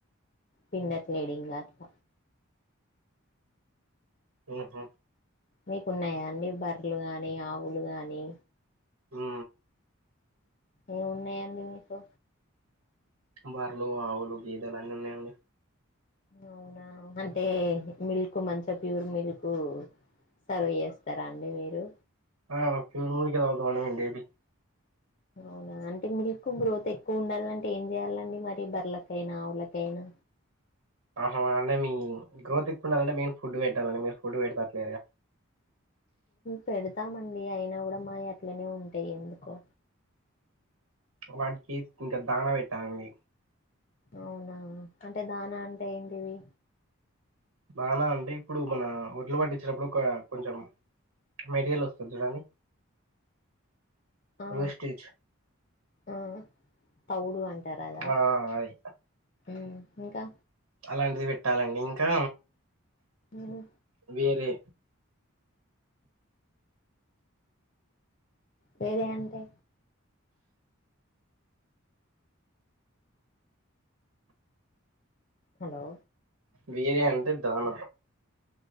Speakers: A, on the left; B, on the right.
A: పిండట్లేడ్ ఇంగ అట్ల
B: మ్ హ్
A: మీకున్నాయా అండి బర్లు గానీ ఆవులు గానీ
B: మ్
A: ఏం ఉన్నయండి మీకు
B: బర్లు ఆవులు గేదలు అన్నీ ఉన్నయండి
A: అవునా అంటే మిల్కు మంచ ప్యూర్ మిల్కూ సర్వ్ ఏస్తరా అండి మీరు
B: ఆ ఫ్యూర్ <unintelligible>
A: అవునా అంటే మీల్క్ గ్రోత్ ఎక్కువ ఉండాలంటే ఏం చేయాలండి మరి బర్లకైనా ఆవులకైనా
B: అహా అంటే మీ గ్రోత్ ఎక్కువుడాలంటే మేన్ ఫుడ్ పెట్టాలండి మీరు ఫుడ్ పెట్తట్లేదుగా
A: పెడతామండి అయినా గుడా మాయి అట్లనే ఉంటాయ్ ఎందుకో
B: వాటికి ఇంక దానా వెట్టాలండి
A: అవునా అంటె దానా అంటే ఏంటివి
B: దానా అంటే ఇప్పుడు మనా ఒడ్లు వట్టిచ్చినప్పుడు ఒకా కొంచెం మెటీరియల్ ఒస్తది చూడండి
A: ఆ
B: వేస్టేజ్
A: ఆ తౌడు అంటార్ అదా
B: ఆ అది
A: మ్ ఇంకా
B: అలాంటిది వెట్టాలండి ఇంకా
A: ఉమ్,
B: వేరే
A: వేరే అంటే హలో
B: వేరే అంటె దాన